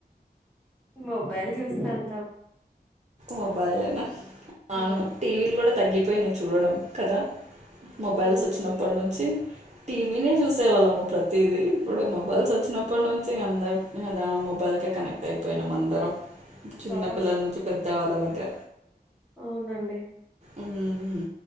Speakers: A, in the centre; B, on the right (about 45°).
A: మొబైల్ చూస్తా ఉంటాను.
B: మొబైలేనా
A: ఆ
B: అవును టీవీలు కూడా తగ్గిపోయినాయి చూడడం కదా మొబైల్స్
A: అవునండి
B: వచ్చినప్పటి నుంచి టీవీ నే చూసే వాళ్ళము ప్రతిది ఇప్పుడు మొబైల్స్ వచ్చినప్పుడు నుంచి అందరు అదా మొబైల్కే కనెక్ట్ అయిపోయినాం అందరం చిన్నపిల్లల
A: ఆ
B: నుంచి పెద్ద వాళ్ల దగ్గర
A: అవునండి
B: మ్మ్